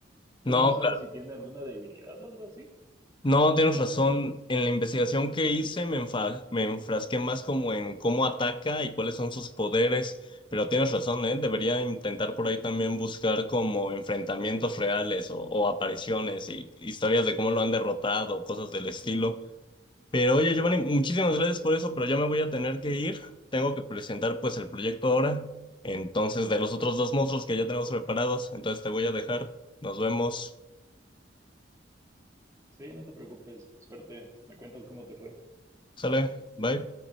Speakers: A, on the right; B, on the left.
A: ¿Tú
B: No,
A: no sabes si tiene alguna debilidad o algo así?
B: No, tienes razón. En la investigación que hice me enfa- me enfrasqué más como en cómo ataca y cuáles son sus poderes, pero tienes razón, ¿eh? Debería intentar por ahí también buscar como enfrentamientos reales o, o apariciones y historias de cómo lo han derrotado, cosas del estilo. Pero oye, Giovanni, muchísimas gracias por eso, pero ya me voy a tener que ir. Tengo que presentar pues el proyecto ahora. Entonces, de los otros dos monstruos que ya tenemos preparados, entonces te voy a dejar. Nos vemos.
A: Sí, no te preocupes, suerte, me cuentas cómo te fue.
B: Sale, bye.